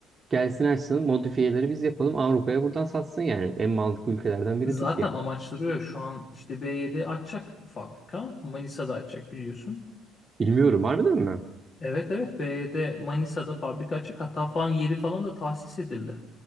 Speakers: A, on the right; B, on the left.
A: Gelsin açsın modifiyeleri biz yapalım Avrupa'ya buradan satsın yani. En mantıklı ülkelerden biri
B: Zaten
A: Türkiye.
B: amaçlıyor şu an işte BYD açacak fabrika. Manisa'da açacak biliyorsun.
A: Bilmiyorum harbiden mi?
B: Evet evet BYD Manisa'da fabrika açacak. Hatta falan yeri falan da tahsis edildi.